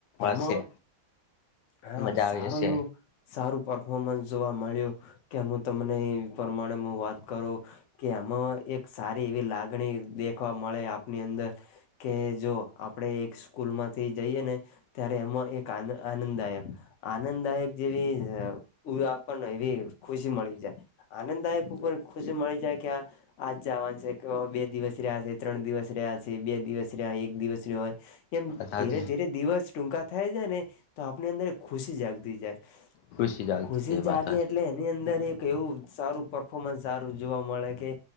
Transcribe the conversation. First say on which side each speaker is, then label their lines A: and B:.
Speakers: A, on the left; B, on the left.
A: એમાં
B: હશે
A: હા,
B: મજા આવી
A: સારું
B: હશે
A: એવુ સારું પરફોર્મન્સ જોવા મળ્યું કે હું તમને પ્રમાણે હુ, વાત કરુ કે એમાં એક સારી એવી લાગણી દેખવા મળે આપની અંદર કે જો આપણે એક સ્કૂલમાંથી જઈએ ને ત્યારે એમાં એક આનંદાયક આનંદાયક જેવી આપણને એવી ખુશી મળી જાય. આનંદાયકર ખુશી મળી જાય, કે આ આજ જવાનું છે કે બે દિવસ રહ્યા છે ત્રણ દિવસ રહ્યા છે. બે દિવસ રહ્યા એક દિવસ રહ હોય એમ
B: વાત સાચી
A: ધીરે ધીરે દિવસ ટૂંકા થાય જાય ને તો આપની અંદર ખુશી જાગતી જાય.
B: ખુશી જ આવતી
A: ખુશી
B: છે
A: જાગે
B: વાત સાચી
A: એટલે એની અંદર એક એવું સારું પરફોર્મન્સ સારું જોવા મળે કે